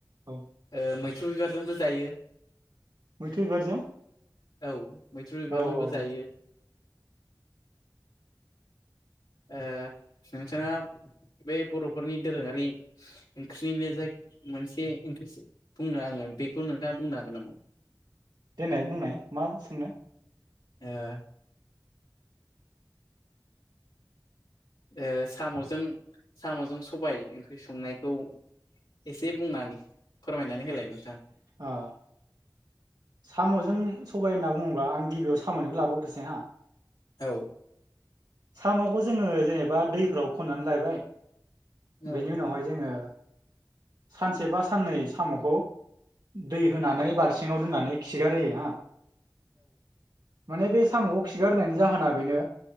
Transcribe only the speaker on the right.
औ
मैथुर बिबारजों
औ औ।
देनाय बुंनाय मा सोंनो?
अ साम'जों सबाय होनना बुङोबा आं गिबियाव। खामानिबो लाबोग्रोसै हा।
साम'खौ जोङो जेनेबा दैफोराव खन्नानै लायबाय
बेनि उनावहाय जोङो। सानसे बा साननै साम'खौ। दै होनानै बालथिंआव दोननानै खिगारहोयो हा। माने बे साम'खौ खिगार होनायनि जाहोना बेनो